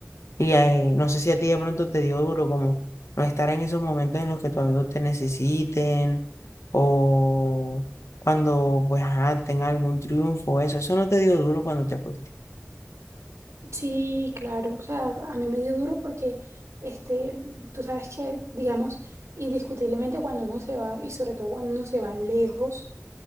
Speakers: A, on the left; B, on the right.
A: Y eh, no sé si a ti de pronto te dio duro como no estar en esos momentos en los que tus amigos te necesiten o cuando pues ajá, tenga algún triunfo, eso, eso no te dio duro cuando te fuiste.
B: Sí, claro. O sea, a mí me dio duro porque, este, tú sabes que, digamos, indiscutiblemente cuando uno se va, y sobre todo cuando uno se va lejos,